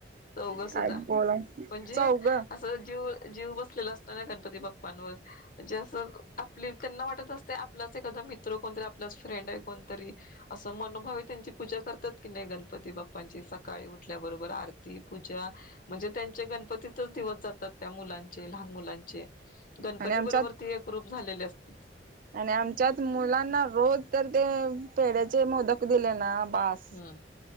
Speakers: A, on the left (about 50°); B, on the right (about 50°).
A: चौघसद्धा
B: काय बोला
A: म्हणजे
B: चौघ
A: असं जीव जीव बसलेला असत ना गणपती बाप्पांवर म्हणजे असं आपली त्यांना वाटत असते आपलाच एखादा मित्र कोणतरी आपलाच फ्रेंड आहे कोणतरी असं मनोभावि त्यांची पूजा करतात की नाही गणपती बाप्पांची सकाळी उठल्याबरोबर आर ती पूजा म्हणजे त्यांचे गणपतीतच दिवस जातात त्या मुलांचे लहान मुलांचे गणपती
B: आणि आमच्यात
A: बरोबर ते एक रूप झालेले असते
B: आणि आमच्यात मुलांना रोज तर ते पेड्याचे मोदक दिले ना. पास
A: हम्म